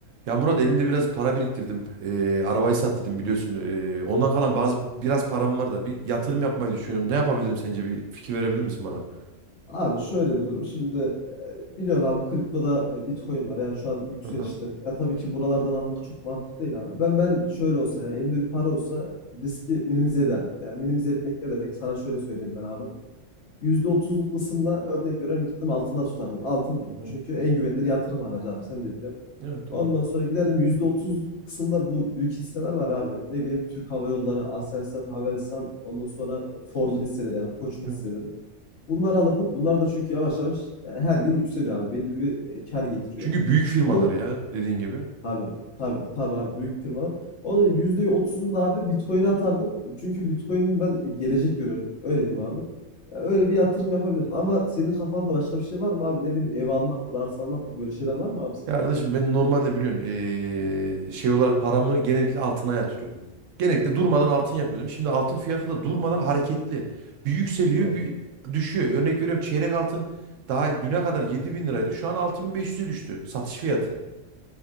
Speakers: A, on the right (about 75°); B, on the left (about 65°).
A: Ya Murat elimde biraz para biriktirdim. Ee, arabayı sat dedim biliyorsun. Ee, ondan kalan bazı biraz param var da bir yatırım yapmayı düşünüyorum. Ne yapabilirim sence bir fikir verebilir misin bana?
B: Abi şöyle bir durum. Şimdi e, biliyorsun abi kriptoda e, Bitcoin var. Yani şu an yükselişte.
A: Hı hı.
B: Ya tabii ki buralardan almak çok mantıklı değil ama ben ben şöyle olsa yani elimde bir para olsa riski minimize ederdim. Yani minimize etmek ne demek? Sana şöyle söyleyeyim ben abi. %30'luk kısımla örnek veriyorum gittim altında tutardım. Altın
A: Hı hı.
B: çünkü en güvenilir yatırım aracı abi sen de biliyorsun.
A: Evet doğru.
B: Ondan sonra giderdim %30'luk kısımda bu büyük hisseler var abi. Ne bileyim Türk Hava Yolları, Aselsan, Havelsan, ondan sonra Ford'un hisseleri yani Koç'un
A: Evet.
B: hisseleri. Bunları alırdım. Bunlar da çünkü yavaş yavaş e, her yıl yükseliyor abi. Belli bir e, kar getiriyor.
A: Çünkü büyük firmalar
B: Onun
A: ya dediğin gibi. Hı
B: tabii tabii tabii abi büyük firmalar. Onun %30'unu da abi Bitcoin'e atardım. Çünkü Bitcoin'in ben e, gelecek görüyorum. Öyle diyeyim
A: hı.
B: abi. Ya öyle bir yatırım yapabilirdin. Ama senin kafanda başka bir şey var mı abi? Ne bileyim ev almaktır, arsa almaktır böyle şeyler var mı abi sende?
A: Ya Kardeşim ben normalde biliyorsun ee, şey olarak paramı genellikle altına yatırıyordum. Genellikle durmadan altın yapıyordum. Şimdi altın fiyatı da durmadan hareketli. Bir yükseliyor
B: Doğru.
A: bir düşüyor. Örnek veriyorum çeyrek altın daha düne kadar 7 bin liraydı. Şu an 6500'e düştü satış fiyatı.